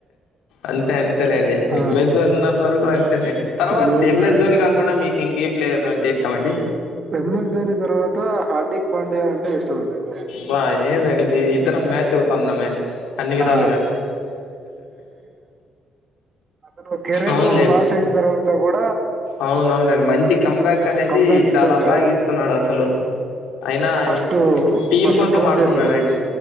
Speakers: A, on the left; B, on the right.
A: అంతే అంతేలేండి
B: ఆ,
A: ఎంఎస్ జోన్ ఉన్నంత వరకు అంతేలేండి తర్వాత
B: ఎందుకంటే
A: ఎంఎస్ జోన్ కాకుండా మీకు కింక్లీ ప్లేయర్ అంటే ఇష్టంమండి
B: ఎంఎస్ ధోని తర్వాత హార్దిక్ పాండ్యా అంటే ఇష్టం అండి ఎక్కువ
A: బా ఏందండి ఇద్దరం మ్యాచ్ అవుతాన్నామే అన్ని విధాలుగా
B: ఆ, అద కెరవేర్
A: అవునులే
B: లాస్ అయిన తరువాత కూడా
A: అవునవునండి మంచి కంబ్యాక్ అనేది
B: కంబ్యాక్
A: చాలా
B: ఇచ్చాడు కదా
A: బాగా ఇస్తున్నాడు అసలు అయినా
B: ఫస్ట్
A: టీమ్
B: ఫస్ట్
A: కోసం
B: ట్రోల్
A: ఆడుతున్నాడండి
B: చేశారు